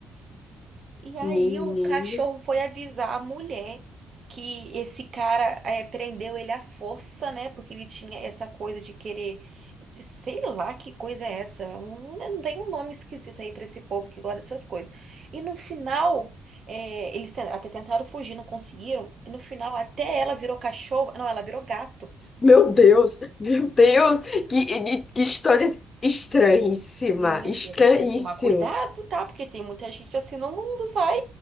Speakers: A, on the right; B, on the left.
A: E aí
B: Menino.
A: o cachorro foi avisar a mulher que esse cara eh, prendeu ele à força, né? Porque ele tinha essa coisa de querer, de- sei lá que coisa é essa. Um, não tem um nome esquisito aí pra esse povo que gosta dessas coisas. E no final eh, eles te- até tentaram fugir, não conseguiram. E no final até ela virou cachorro, não, ela virou gato.
B: Meu Deus. Meu Deus. Que, que, que história estranhíssima.
A: Menina,
B: Estranhíssima.
A: e a gente tem que tomar cuidado, tá? Porque tem muita gente assim no mundo, vai.